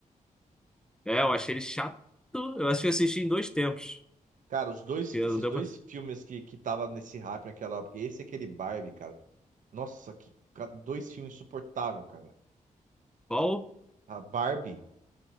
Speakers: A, in the centre; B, on the right (about 70°).
A: É, eu achei ele chato. Eu acho que assisti em dois tempos.
B: Cara, os dois,
A: Porque
B: esses
A: não deu
B: dois
A: pra...
B: filmes que, que tava nesse hype naquela época, esse e aquele Barbie, cara. Nossa, que ca- dois filmes insuportáveis, cara.
A: Qual?
B: A Barbie.